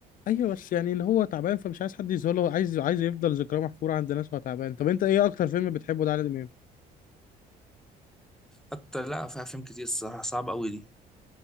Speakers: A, on the left (about 55°); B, in the centre.
A: ايوه بس يعني ان هو تعبان فمش عايز حد يظهر له عايز عايز يفضل ذكراه محفوره عند ناس وهو تعبان طب انت ايه اكتر فيلم بتحبه لعادل امام
B: حتى لا في افلام كتير الصراحه صعبه قوي دي